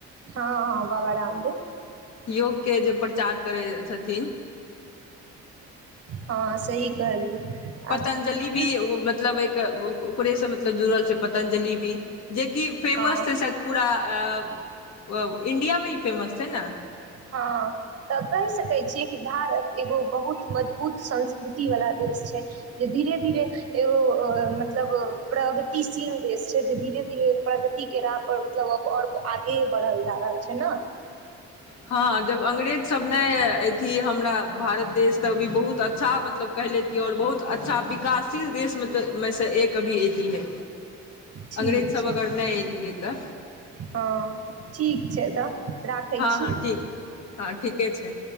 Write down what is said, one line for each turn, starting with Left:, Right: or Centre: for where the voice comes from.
Right: हँ बाबा रामदेव।
Left: योग के जे प्रचार करै छथिन।
Right: हँ सही कहलियै।
Left: पतंजलि
Right: आब
Left: भी
Right: कि
Left: ओ मतलब एक ओकरे से मतलब जुड़ल छै। पतंजलि भी जे कि फेमस
Right: हँ
Left: छै शायद पूरा अ ए। ओ इंडिया में ई फेमस छै ना।
Right: हँ। त कहि सकै छियै, कि भारत एगो बहुत मजबूत संस्कृति वला देश छै। जे धीरे- धीरे एगो मतलब प्रगतिशील देश छै, जे धीरे-धीरे प्रगत तिके राह पर मतलब, और आगे बढ़ल जा रहल छै ना।
Left: हँ जब अँग्रेज सब ने अथी हमरा भारत देश त अभी बहुत अच्छा मतलब कहि लितियै आओर बहुत अच्छा विकासशील देश में तऽ मे सँ एक कभी एती है।
Right: ठीक
Left: अंग्रेज सब
Right: छै
Left: अगर नै एतिअइ तऽ।
Right: हँ ठीक छै तऽ। राखै
Left: हँ-
Right: छी
Left: हँ ठीक, हँ ठीके छै।